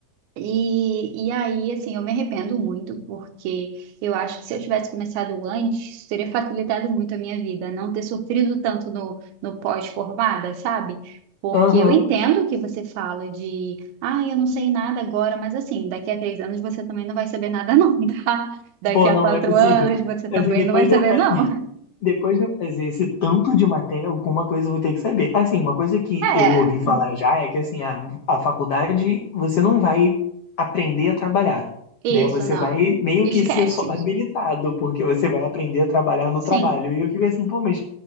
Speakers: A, on the right; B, on the left.
A: E, e aí, assim, eu me arrependo muito, porque eu acho que se eu tivesse começado antes, isso teria facilitado muito a minha vida, não ter sofrido tanto no, no pós-formada, sabe? Porque
B: Aham.
A: eu entendo que você fala de, ah, eu não sei nada agora, mas assim, daqui a três anos você também não vai saber nada, <laughs> não, tá? Daqui
B: Pô,
A: a
B: não,
A: quatro
B: não é possível.
A: anos você também
B: Assim, depois
A: não vai
B: de
A: saber,
B: eu, fa-
A: não.
B: Depois de eu fazer esse tanto de matéria, alguma coisa eu vou ter que saber. Assim, uma coisa que
A: É,
B: eu ouvi falar já é que assim, a, a faculdade você não vai aprender a trabalhar,
A: Isso,
B: né? Você
A: não.
B: vai meio
A: Esquece.
B: que ser só habilitado, porque você vai aprender a trabalhar no
A: Sim.
B: trabalho. E eu fico assim, pô, mas